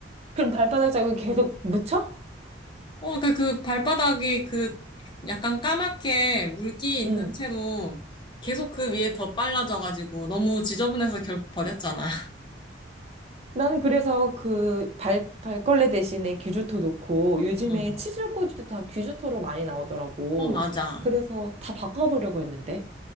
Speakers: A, on the right (about 35°); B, on the left (about 25°).
A: 그럼 발바닥 자국이 계속 묻혀?
B: 어, 그, 그 발바닥이 그 약간 까맣게 물기 있는
A: 응.
B: 채로 계속 그 위에 더 빨라져가지고 너무 지저분해서 결국 버렸잖아.
A: 나는 그래서 그 발, 발걸레 대신에 귀주토 넣고 요즘에
B: <laughs> 음.
A: 칫솔 꽂이도 다 귀주토로 많이 나오더라고.
B: 어, 맞아.
A: 그래서 다 바꿔보려고 했는데.